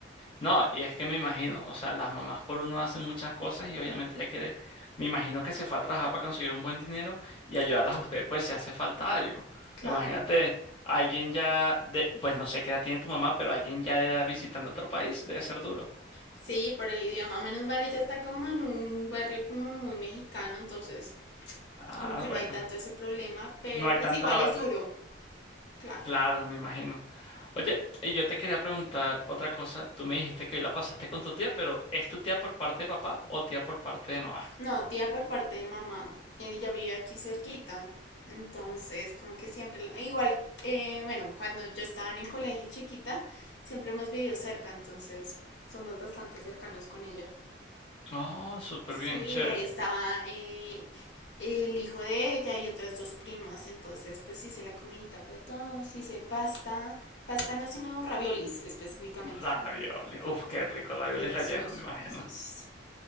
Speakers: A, on the left (about 30°); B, on the left (about 65°).
A: No, y es que me imagino, o sea, las mamás por uno hacen muchas cosas y obviamente ya quiere, me imagino que se fue a trabajar para conseguir un buen dinero y ayudarlas
B: claro,
A: a ustedes, pues si hace falta algo.
B: claro.
A: Imagínate, alguien ya de, pues no sé qué edad tiene tu mamá, pero alguien ya de edad visitando otro país, debe ser duro.
B: Sí, por el idioma, menos mal ella está como en un barrio como muy mexicano, entonces
A: Ah,
B: como que
A: bueno,
B: no hay tanto ese problema, pero
A: no hay
B: pues
A: tanta
B: igual
A: la
B: es duro, claro.
A: Claro, me imagino. Oye, y yo te quería preguntar otra cosa. Tú me dijiste que hoy la pasaste con tu tía, pero ¿es tu tía por parte de papá o tía por parte de mamá?
B: No, tía por parte de mamá. Ella vive aquí cerquita. Entonces, como que siempre, la- igual, eh, bueno, cuando yo estaba en el colegio chiquita, siempre hemos vivido cerca, entonces somos bastante cercanos con ella.
A: Oh, súper
B: Sí,
A: bien, chévere.
B: ahí estaba eh, el hijo de ella y otras dos primas, entonces pues hice la comidita para todos, hice pasta, pasta no, sino raviolis específicamente.
A: Ravioles. Uf, qué rico, ravioles
B: Delicioso,
A: rellenos, me imagino.
B: sí, sí, sí.